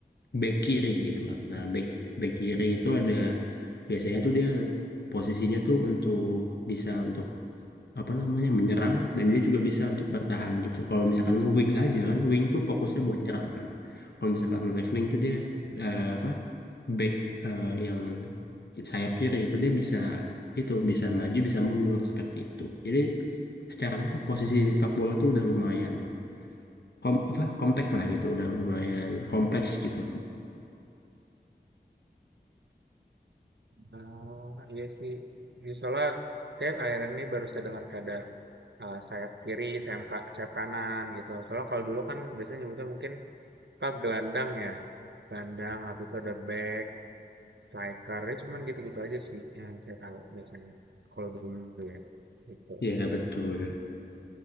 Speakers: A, on the left; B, on the right.
A: back kiri gitu kan. Nah, back back kiri itu ada biasanya tuh dia posisinya tuh untuk bisa untuk apa namanya menyerang dan dia juga bisa untuk bertahan gitu. Kalau misalkan wing aja kan, wing tuh fokusnya buat nyerang kan. Kalau misalkan left wing tuh dia
B: Mhm.
A: eh, apa back eh, yang sayap kiri itu dia bisa itu bisa maju bisa mundur seperti itu. Jadi sekarang tuh posisi di sepak bola tuh udah lumayan kom apa kompleks lah gitu, udah lumayan kompleks gitu.
B: Ah, iya sih. Jadi soalnya kayak akhirnya ini baru saya dengar ada eh, sayap kiri, sayap, ka- sayap kanan gitu. Soalnya kalau dulu kan biasanya nyebutnya mungkin pak gelandang ya, gelandang, habis itu ada back, striker, ya cuman gitu-gitu aja sih yang saya tahu biasanya. Kalau dulu ya, gitu.
A: ya betul.